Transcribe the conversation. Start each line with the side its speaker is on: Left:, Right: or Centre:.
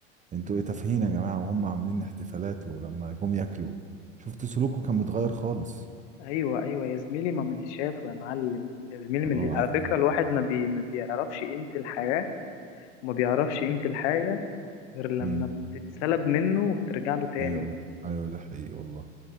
Right: انتوا ايه تافهين يا جماعة وهم عاملين احتفالات ولما جم ياكلوا شفت سلوكه كان متغير خالص
Left: أيوه أيوه يا زميلي ما من اللي شافه يا معلم يا زميلي من اللي...
Right: اه
Left: على فكرة الواحد ما, بي... ما بيعرفش قيمة الحياة وما بيعرفش قيمة الحاجة غير لما
Right: امم
Left: بتتسلب منه وبترجع له تاني
Right: ايوه ده ايوه ده حقيقي والله